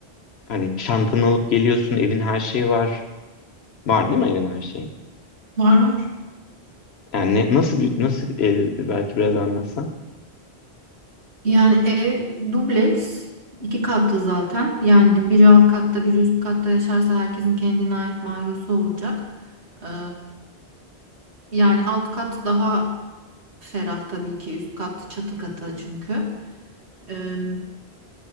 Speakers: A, on the left; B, on the right.
A: hani çantanı alıp geliyorsun evin her şeyi var. Var değil mi evin her şeyi?
B: Var var.
A: Yani ne- nasıl bir nasıl ev belki biraz anlatsan.
B: Yani ev dubleks iki katlı zaten. Yani biri alt katta biri üst katta yaşarsa herkesin kendine ait banyosu olacak. Eee, yani alt kat daha Ferah tabii ki üst kat çatı katı çünkü. Ee,